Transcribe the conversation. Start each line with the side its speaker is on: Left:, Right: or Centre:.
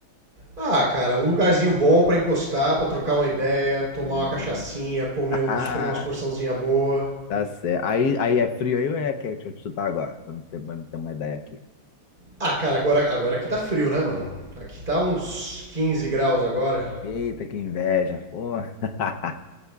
Right: Ah, cara, um lugarzinho bom pra encostar, pra trocar uma ideia, tomar
Left: Hum.
Right: uma cachaçinha, comer
Left: <laughs>
Right: uns, comer umas porçãozinha boa.
Left: Tá certo. Aí, aí é frio aí ou é quente onde tu tá agora? Pra me ter, pra me ter uma ideia aqui.
Right: Ah, cara, agora, agora aqui tá frio, né, mano? Aqui tá uns 15 graus agora.
Left: Eita, que inveja, porra. <laughs>